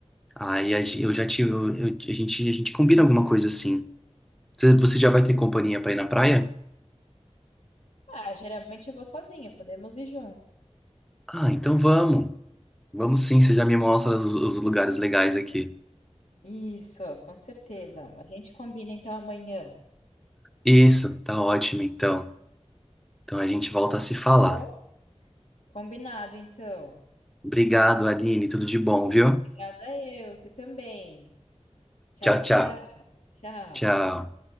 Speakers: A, in the centre; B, on the left.
A: Aí a gen- eu já tive, eu- eu- a gente, a gente combina alguma coisa assim. Você você já vai ter companhia para ir na praia?
B: Ah, geralmente eu vou sozinha, podemos ir juntos.
A: Ah, então vamos. Vamos sim,
B: Uhum.
A: você já me mostra os os lugares legais aqui.
B: Isso, com certeza. A gente combina então amanhã.
A: Isso, tá ótimo então. Então a gente volta a se falar.
B: Tá Bom? Combinado, então.
A: Obrigado, Aline. Tudo de bom, viu?
B: Obrigada eu, você também. Tchau,
A: Tchau,
B: tchau,
A: tchau.
B: tchau.
A: Tchau.